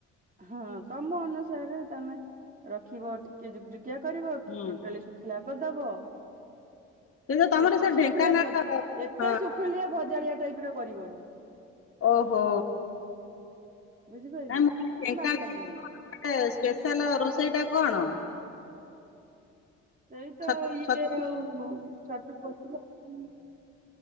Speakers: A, on the right (about 30°); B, on the left (about 45°).
A: ହଁ ତମ ଅନୁସାରେ ତମେ ରଖିବ ଟିକେ ଯୁକ୍ ଯୁକ୍ କିଆ କରିବ କି
B: ହୁଁ
A: ଟୋଟାଲି ଶୁଖିଲା କରିଦବ।
B: କିନ୍ତୁ ତମର
A: ଏତେ
B: ସେ
A: ଶୁଖିଲିଆ
B: ଢେଙ୍କାନାଳ
A: ଭଜା, ଏତେ
B: ହଁ
A: ଶୁଖିଲିଆ ଭଜାଳିଆ ଟାଇପ ର କରିବନି।
B: ଓହୋ
A: ବୁଝିପାରିଲୁ?
B: ନାଇଁ ମୁଁ
A: ସେଟା
B: ଢେଙ୍କାନାଳ
A: ବାଗ ଲାଗିବନି।
B: <inaudible> ସ୍ପେଶାଲ ରୋଷେଇ ଟା କଣ?
A: ସେଇ ତ
B: ଛ
A: ଇଏ
B: ଛତୁ
A: ଆଉ ଛତୁ <unintelligible>